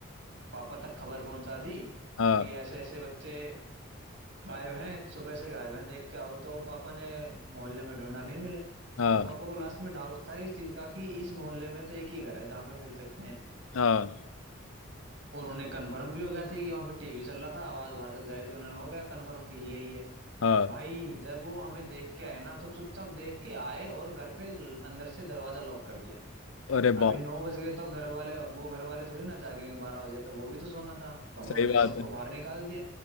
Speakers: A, on the right; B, on the left.
A: पापा तक खबर पहुंचा दी
B: हाँ
A: कि ऐसे ऐसे बच्चे गायब हैं सुबह से गायब हैं देख के आओ तो पापा ने मोहल्ले में ढूंढा नहीं मिले
B: हाँ
A: तो पापा को लास्ट में डाउट था इस चीज का कि इस मोहल्ले में तो एक ही घर है जहाँ पे मिल सकते हैं
B: हाँ
A: और उन्हें कन्फर्म भी हो गया था कि वहां पे टीवी चल रहा था आवाज बाहर तक जाहिर थी उन्हें हो गया कन्फर्म कि यही है
B: हाँ
A: भाई जब वो हमें देख के आए ना तो चुपचाप देख के आए और घर पे ल- अंदर से दरवाजा लॉक कर दिया
B: अरे बाप
A: अभी नौ बज गए तो घर वाले वो घर वाले थोड़ी ना जागेंगे बारह बजे तो वो भी तो सोना था तो उन्होंने
B: सही बात
A: सबको
B: है
A: बाहर निकाल दिया